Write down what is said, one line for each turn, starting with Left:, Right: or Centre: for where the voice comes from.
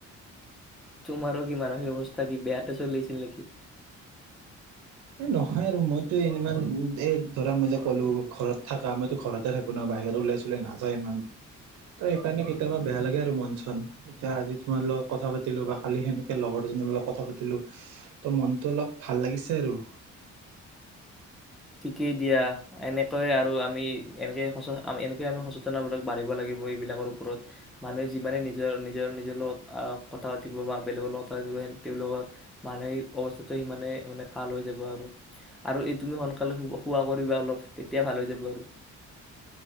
Centre: তোমাৰো কি মানসিক অৱস্থা তাকি বেয়াতে চলি আছিল নেকি?
Right: এ নহয় আৰু মইতো ই ইমান এ ধৰা মই যে ক'লো ঘৰত থাকা মইতো ঘৰতে থাকো ন বাহিৰত ওলাই চলাই নাযা ইমান ত সেইকাৰণে কেতিয়াবা বেয়া লাগে আৰু মন চন এতিয়া আজি তোমাৰ লগত কথা পাতিলো বা কালি সেনেকে লগৰ দুজনৰ লগত কথা পাতিলো ত মনটো অলপ ভাল লাগিছে আৰু
Centre: ঠিকেই দিয়া এনেকৈয়ে আৰু আমি এনেকে সঁচা এনে আমি সচেতনোৰ বাঢ়িব লাগিব এইবিলাকৰ ওপৰত, মানুহে যিমানে নিজৰ-নিজৰ-নিজৰ লগ কথা পাতিব বা বেলেগৰ লগত কথা পাতিব, তেওঁলোকৰ মানসিক অৱস্থাটো সিমানে মানে ভাল হৈ যাব আৰু-আৰু এইটো সোনকালে শোৱা কৰিবা অলপ তেতিয়া ভাল হৈ যাব আৰু।